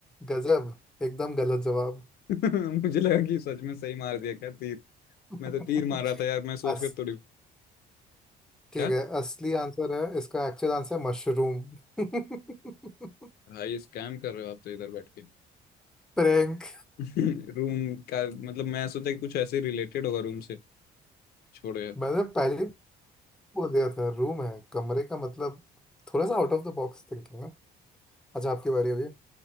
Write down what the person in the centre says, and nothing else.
गजब एकदम गलत जवाब
<laughs>
बस
ठीक
है असली आंसर है इसका एक्चुअल आंसर है मशरूम <laughs>
प्रैंक
मैंने पहले ही बोल दिया था रूम है कमरे का मतलब थोड़ा सा out of the box thinking है अच्छा आपकी बारी अभी